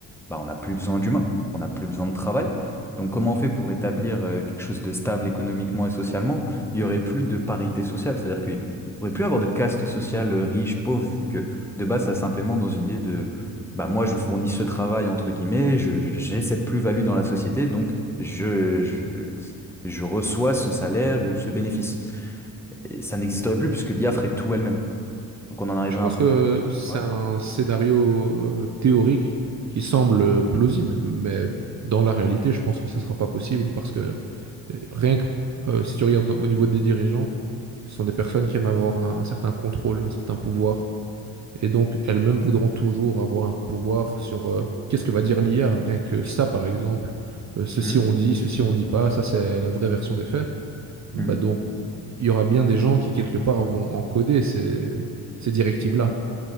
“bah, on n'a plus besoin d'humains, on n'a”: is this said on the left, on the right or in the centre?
Centre